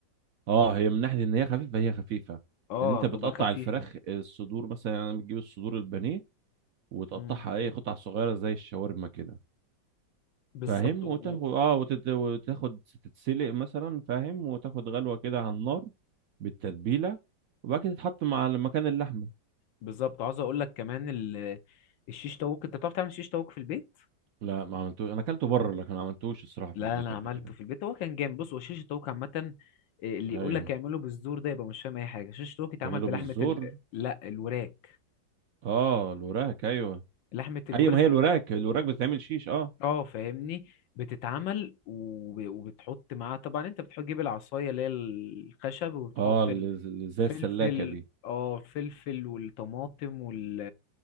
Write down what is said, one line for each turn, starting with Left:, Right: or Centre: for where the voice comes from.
Right: اه هي من ناحيه ان هي خفيفه هي خفيفه
Left: اه
Right: لان انت
Left: تبقى
Right: بتقطع
Left: خفيفة
Right: الفراخ الصدور مثلا يعني بتجيب الصدور البانيه وتقطعها
Left: مم.
Right: اي قطع صغيره زي الشاورما كده
Left: بالظبط
Right: فاهم
Left: و-
Right: وتاخد اه وتت... وتاخد تتسلق مثلا فاهم وتاخد غلوه كده على النار بالتتبيله وبعد كده تتحط مع مكان اللحمه
Left: بالظبط عاوز اقول لك كمان ال- الشيش طاووق انت بتعرف تعمل شيش طاووق في البيت
Right: لا ما عملتوش انا اكلته بره لكن ما عملتوش الصراحه في
Left: لا
Right: البيت
Left: انا
Right: قبل
Left: عملته
Right: كده
Left: في البيت هو كان جامد بص هو شيش الطاووق عامه إيه، اللي
Right: ايوه
Left: يقول لك اعمله بالزور ده يبقى مش فاهم اي حاجه شيش الطاووق اتعمل
Right: تعمله
Left: بلحمه
Right: بالزور
Left: ال... لا الوراك
Right: اه الوراك ايوه
Left: لحمه الورك
Right: ايوه ما هي الوراك الوراك بتتعمل شيش اه
Left: اه فاهمني بتتعمل وب... وبتحط معاها طبعا انت بتحط تجيب العصايه اللي هي الخشب وبتحط
Right: اه اللي
Left: الفلفل
Right: اللي زي السلاكه دي
Left: اه الفلفل والطماطم وال...